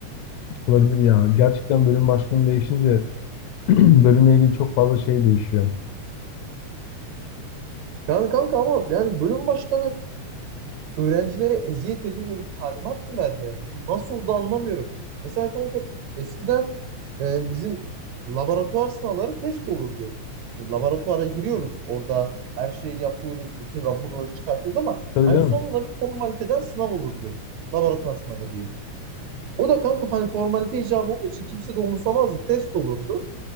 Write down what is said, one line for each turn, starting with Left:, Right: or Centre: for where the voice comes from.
Left: olabilir ya. Gerçekten bölüm başlığım değişince <clears throat> bölümle ilgili çok fazla şey değişiyor.
Right: Yani kanka ama yani bölüm başkanı öğrencilere eziyet edin diye bir talimat mı verdi yani? Bu nasıl oldu anlamıyorum. Mesela kanka eskiden e, bizim laboratuvar sınavları test olurdu. Şimdi laboratuvara giriyoruz. Orada her şeyi yapıyoruz. Bütün raporları çıkartıyoruz ama
Left: Tabii
Right: hani
Left: canım.
Right: sonunda bir formaliteden sınav olurdu. Laboratuvar sınavı diyeyim. O da kanka hani formalite icabı olduğu için kimse de umursamazdı. Test olurdu.